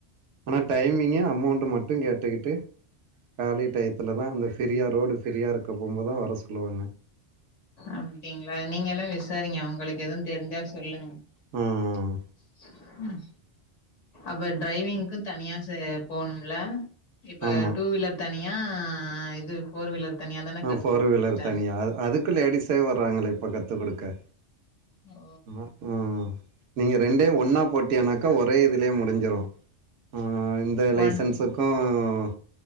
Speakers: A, on the right; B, on the left.
A: ஆனா டைமிங் அமௌண்ட் மட்டு கேட்டுகிட்டு காலை டயத்துலதா இந்த ஃபிரியா ரோடு ஃபிரியா இருக்க போம்போது தா வர சொல்லுவாங்க
B: அப்டிங்களா நீங்களு விசாரீங்க உங்களுக்கு எதுவு தெரிஞ்சா சொல்லுங்க
A: ம்
B: <inaudible> ம் அப்ப டிரைவிங்க்கு தனியா சே போனும்ல இப்ப
A: ஆமா
B: டூ வீலர் தனியா இது ஃபோர் வீலர் தனியா தான
A: ஆ
B: கத்து
A: ஃபோர்
B: குடுப்பாங்க
A: வீலர்
B: த
A: தனியா ஆ அதுக்கு லேடிஸே வர்றாங்களே இப்ப கத்து குடுக்க
B: ஓ
A: ம் ம் நீங்க ரெண்டயு ஒன்னா போட் டிங்னாக்க ஒரே இதுலயே முடிஞ்சிரு ம் இந்த லைசன்ஸ
B: ஒன்
A: ம்